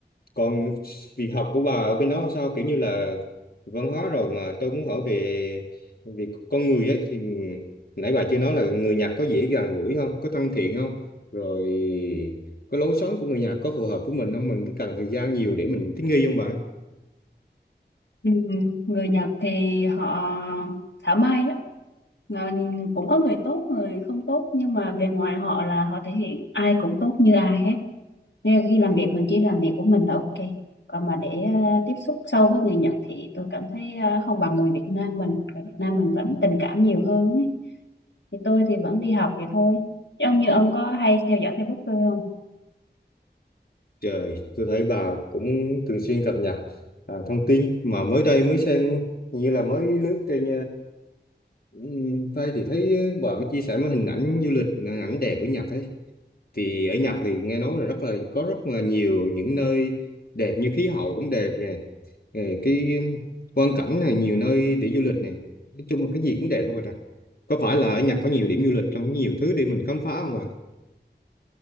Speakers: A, on the left; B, on the left.
A: còn việc học của bà ở bên đó sao kiểu như là văn hóa rồi mà tôi muốn hỏi về về con người ấy thì nãy bà chưa nói là người Nhật có dễ gần gũi không có thân thiện không rồi cái lối sống của người Nhật có phù hợp với mình không mình cứ cần thời gian nhiều để mình thích nghi không bạn
B: Ừ, người Nhật thì họ thảo mai lắm Ờ, cũng có người tốt người không tốt nhưng mà bề ngoài họ là họ thể hiện ai cũng tốt như ai hết nên là khi làm việc mình chỉ làm việc của mình là ok còn mà để ờ, tiếp xúc sâu với người Nhật thì tôi cảm thấy ờ, không bằng người Việt Nam mình người Việt Nam mình vẫn tình cảm nhiều hơn ấy. thì tôi thì vẫn đi học vậy thôi chứ ông như ông có hay theo dõi Facebook tôi không
A: trời tôi thấy bà cũng thường xuyên cập nhật à, thông tin mà mới đây mới xem như là mới lướt trên uh, tay thì thấy bà mới chia sẻ mấy hình ảnh du lịch hình ảnh đẹp của Nhật ấy thì ở Nhật thì nghe nói là rất là có rất là nhiều những nơi đẹp như khí hậu cũng đẹp nè Ờ, cái quang cảnh này nhiều nơi để du lịch nè nói chung là cái gì cũng đẹp các bạn ạ có phải là ở Nhật có nhiều điểm du lịch trong nhiều thứ để mình khám phá không bạn